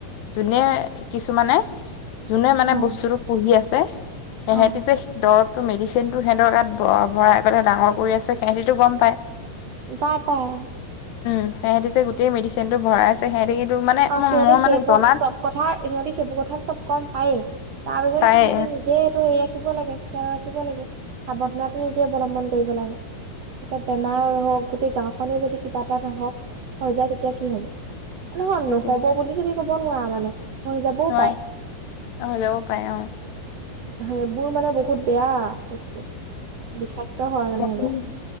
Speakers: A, on the left; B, on the right.
A: যোনে কিছুমানে যোনে মানে
B: অ
A: বস্তুটো পুহি আছে, সেহঁতি
B: অ',
A: যে দৰবটো মেডিচিনটো সিহঁতৰ গাত ব ভৰাই পেলাই ডাঙৰ কৰি আছে সেহেঁতিতো গম পায়।
B: পাই পাই।
A: উম সেহেঁতি যে গোটেই মেডিচিনটো ভৰাই আছে। সেহেঁতি সেইতো মানে
B: অহ
A: মই
B: সিহঁতে
A: মই
B: সেইবোৰ
A: মানে জনাত
B: চব কথা সিহঁতে সেইবোৰ কথা চব গম পায়েই। তাৰ পিছতো
A: পায়
B: সিহঁতি নি জে সেইটো হেৰি ৰাখিব লাগে। খেয়াল ৰাখিব লাগে। সাৱধানতাটো নিজে অৱলম্বন কৰিব লাগে। পিছত বেমাৰ হওক গোটেই গাঁওখনে যদি কিবা এটা নহওক হৈ যায় তেতিয়া কি হ'ব? নহয়
A: সেইটোৱে
B: নহ'ব বুলি তুমি ক'ব নোৱাৰা মানে। হৈ যাবও
A: নোৱাৰি
B: পায়।
A: হৈ যাব পাৰে অ
B: সেইবোৰ মানে বহুত বেয়া বস্তু। বিষাক্ত হয় মানে সেইবোৰ।
A: উম।